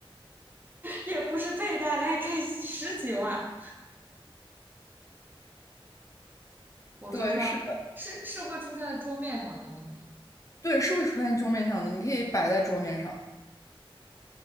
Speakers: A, on the right; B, on the left.
A: 也不是倍大的，还可以十几万。我桌上是是会出现在桌面上的东西吗？
B: 对，是的，对，是会出现桌面上的，你可以摆在桌面上，